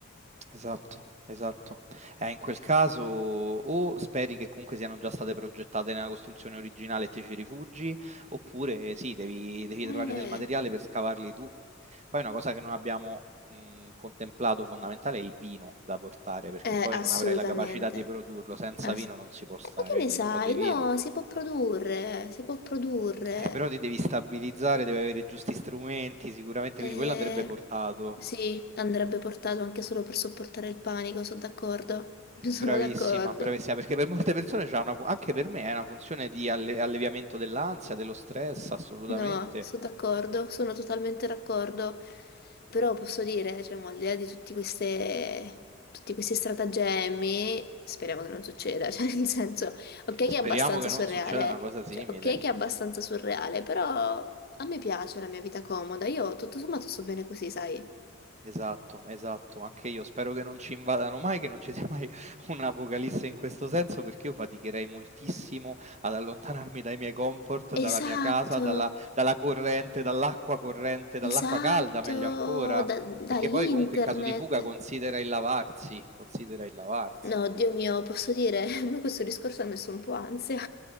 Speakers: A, on the right; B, on the left.
A: Esatto, esatto. Eh, in quel caso o speri che comunque siano già state progettate nella costruzione originale e te ci rifugi, oppure sì, devi, devi
B: Eh...
A: trovare del materiale per scavarli tu. Poi una cosa che non abbiamo mh, contemplato fondamentale è il vino da portare, perché
B: Eh,
A: poi
B: assolutamente.
A: non avrai la capacità di produrlo, senza
B: Ass-
A: vino non si può stare,
B: Eh, ma che ne
A: quindi
B: sai?
A: un po' di vino.
B: No, si può produrre, si può produrre.
A: Eh, però ti devi stabilizzare, devi avere i giusti strumenti sicuramente, quindi
B: Eh,
A: quello andrebbe portato.
B: sì, andrebbe portato anche solo per sopportare il panico, sono d'accordo. <laughs>
A: Bravissima,
B: Sono d'accordo.
A: bravissima, perché per molte persone c'è una, fu- anche per me è una funzione di alle- alleviamento dell'ansia, dello stress, assolutamente.
B: No, sono d'accordo, sono totalmente d'accordo, però posso dire, cioè, mo, al di là di tutti queste, tutti questi stratagemmi, speriamo che non succeda, <laughs> cioè, nel senso, ok che
A: Speriamo
B: è abbastanza
A: che
B: surreale,
A: non succeda una cosa simile.
B: cioè, ok che è abbastanza surreale, però a me piace la mia vita comoda, io tutto sommato sto bene così, sai?
A: Esatto, esatto, anche io spero che non ci invadano mai, che non ci sia mai <laughs> un'apocalisse in questo senso, perché io faticherei moltissimo ad allontanarmi dai miei comfort, dalla
B: Esatto,
A: mia casa, dalla, dalla corrente, dall'acqua corrente, dall'acqua
B: esatto,
A: calda, meglio ancora,
B: da,
A: perché
B: da internet.
A: poi comunque in caso di fuga considera il lavarsi, considera il lavarsi.
B: No, Dio mio, posso dire, <laughs> a me questo discorso ha messo un po' ansia.